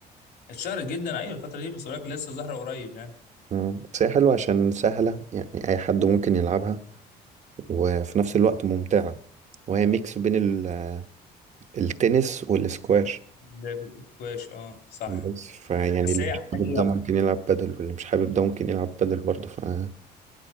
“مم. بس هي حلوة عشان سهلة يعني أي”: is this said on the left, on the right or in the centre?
Right